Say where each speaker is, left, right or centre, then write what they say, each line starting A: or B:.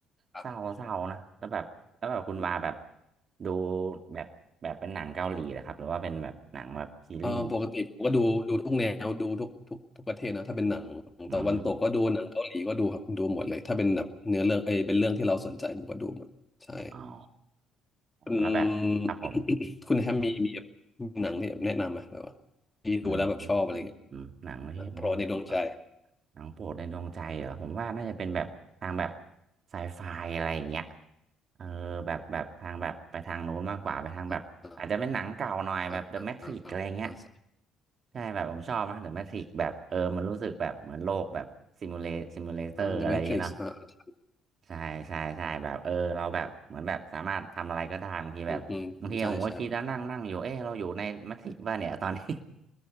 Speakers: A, on the left; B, on the right.
A: ครับ
B: เศร้าเศร้านะแล้วแบบแล้วแบบคุณวาแบบ
A: อืม
B: ดูแบบแบบเป็นหนังเกาหลีนะครับหรือว่าเป็นแบบหนังแบบซีรีส์
A: เออปกติผมก็ดูดูทุกแนวดูทุกทุกทุกประเทศนะถ้าเป็นหนังตะวันตกก็ดูหนังเกาหลีก็ดูครับดูหมดเลยถ้าเป็นแบบเนื้อเรื่องเอยเป็นเรื่องที่เราสนใจผมก็ดูหมดใช่
B: อืมอ๋อ
A: คุณ <coughs>
B: แล้วแบบครับผม
A: คุณแฮมมีมีมีหนังที่แบบแนะนำไหมแบบว่าที่ดูแล้วแบบชอบอะไรเงี้ย
B: อืมอืมหนังประเภทแน่นอน
A: หนังโปรดในดวงใจ
B: หนังโปรดในดวงใจเหรอผมว่าน่าจะเป็นแบบทางแบบไซไฟอะไรอย่างเงี้ยเออแบบแบบทางแบบไปทางนู้นมากกว่าไปทางแบบอาจจะเป็นหนังเก่าหน่อยแบบ
A: <laughs> อ่าอ่าอ่าอ่า
B: The Matrix อะไรเงี้ย
A: อ่า
B: ใช่แบบผมชอบนะ The Matrix แบบเออมันรู้สึกแบบเหมือนโลกแบบซิมูเลซิมูเลเตอร์อะไรอย่างเงี้ยเนาะ
A: อ่า The Matrix อ่า
B: ใช่ใช่ใช่แบบเออเราแบบเหมือนแบบสามารถทำอะไรก็ได้บางทีแบบบางทีผมก็คิดแล้วนั่งนั่งอยู่เออเราอยู่ในแมทริกซ์ป่ะเนี่ยตอนนี้
A: อืมอืมใช่ใช่